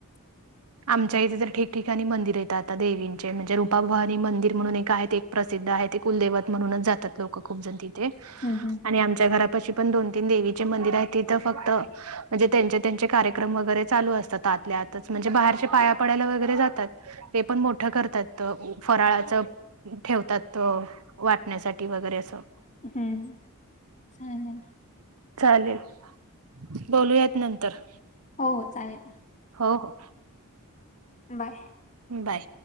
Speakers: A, on the left (about 35°); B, on the right (about 80°).
A: रीकाम आहे
B: आमच्या इथे तर ठिकठिकाणी मंदिर येत आता देवींचे म्हणजे रूपाभवानी मंदिर म्हणून एक आहेत एक प्रसिद्ध आहे ते कुलदेवत म्हणूनच जातात लोक खूप जण तिथे
A: हम्म हम्म
B: आणि आमच्या घरापशी पण दोन तीन देवीचे मंदिर आहे तिथं फक्त म्हणजे त्यांचे त्यांचे कार्यक्रम वगैरे चालू असतात आतल्या आत म्हणजे बाहेरचे पाया पडायला वगैरे जातात ते पण मोठं करतात फराळाचं ठेवतात त वाटण्यासाठी वगैरे असं
A: हम्म चालेल
B: चालेल बोलूयात नंतर
A: हो हो चालेल
B: हो हो
A: बाय
B: बाय